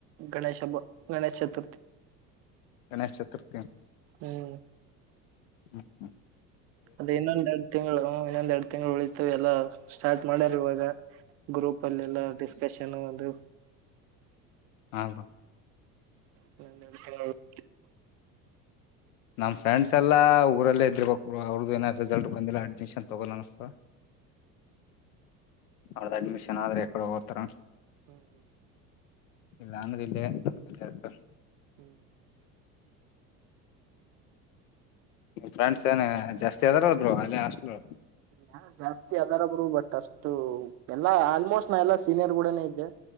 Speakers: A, on the right (about 35°); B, on the left (about 60°).
A: ಗಣೇಶ ಹಬ್ಬ ಗಣೇಶ ಚತುರ್ಥಿ.
B: ಗಣೇಶ ಚತುರ್ಥಿಯ
A: ಹ್ಮ್
B: ಹ್ಮ್ ಹ್ಮ್.
A: ಅದ ಇನ್ನೊಂದೆರಡು ತಿಂಗಳು ಇನ್ನೊಂದ್ ಎರಡ್ ತಿಂಗಳು ಉಳಿತು ಎಲ್ಲಾ ಸ್ಟಾರ್ಟ್ ಮಾಡ್ಯಾರ ಇವಾಗ. ಗ್ರೂಪ್ ಅಲ್ಲ ಎಲ್ಲ ಡಿಸ್ಕಷನ್ ಅದು.
B: ಹ ಹ
A: <unintelligible>
B: ನಮ್ಮ ಫ್ರೆಂಡ್ಸ್ ಎಲ್ಲ ಊರಲ್ಲೇ ಇದಿರ್ಬೇಕು ಅವ್ರದಿನ್ನ ರಿಸಲ್ಟ್ ಬಂದಿಲ್ಲ ಅಡ್ಮಿಷನ್ ತಗೋಲ್ಲ ಅನ್ಸ್ತದ. ಅವ್ರ್ದ ಅಡ್ಮಿಷನ್ ಆದ್ರ ಎಕಡೆ ಹೋಗೋತಾರ.
A: ಹ್ಞೂ
B: ಇಲ್ಲಾಂದ್ರ ಇಲ್ಲೆ ನನಬಲ್ಲೇ ಇರ್ತಾರೆ.
A: ಹ್ಮ್
B: ಫ್ರೆಂಡ್ಸ್ ಏನ ಜಾಸ್ತಿ ಅದಾರ ಅಲ್ರು ಅಲ್ಲೇ ಆಷ್ಟ್ಲು
A: ಹಾ ಜಾಸ್ತಿ ಅದಾರಬ್ರು ಬಟ್ ಅಷ್ಟು ಎಲ್ಲಾ ಆಲ್ಮೋಸ್ಟ್ ನಾ ಎಲ್ಲಾ ಸೀನಿಯರ್ ಗೂಡನೇ ಇದ್ದೆ